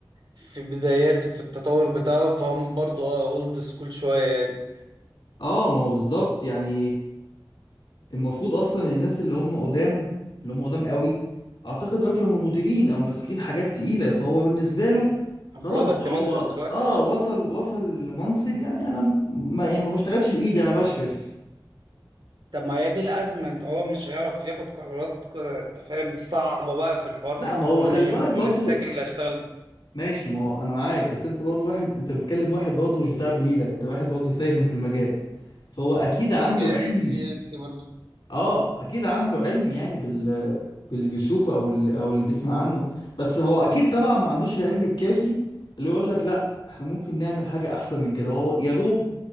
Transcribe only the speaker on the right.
في بداياته في التطور بتاعه فهم برضو اه اولد سكول شوية يعني
برودكت
مانجر دلوقتي
طب ما هي دي الأزمة إن هو مش هيعرف ياخد قرارات ك- أنت فاهم صعبة بقى في الحوار
في التكنولوجي
وال-
والستاك اللي هشتغل
بيه. جاي
من سي اس برضه